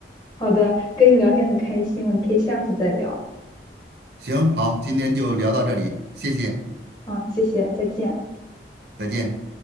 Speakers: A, on the left; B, on the right.
A: 好的，跟你聊天很开心，我们可以下次再聊。
B: 行，好，今天就聊到这里，谢谢，
A: 嗯，谢谢，再见。
B: 再见。